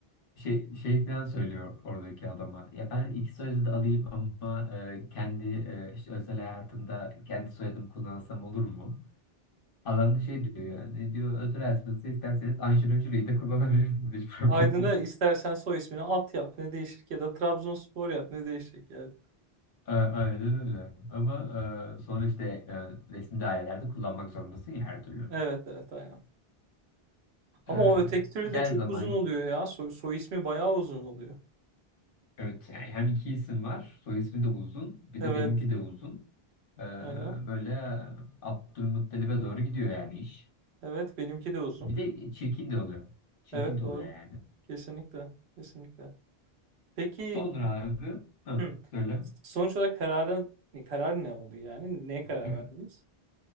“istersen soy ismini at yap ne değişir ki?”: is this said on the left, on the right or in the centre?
Right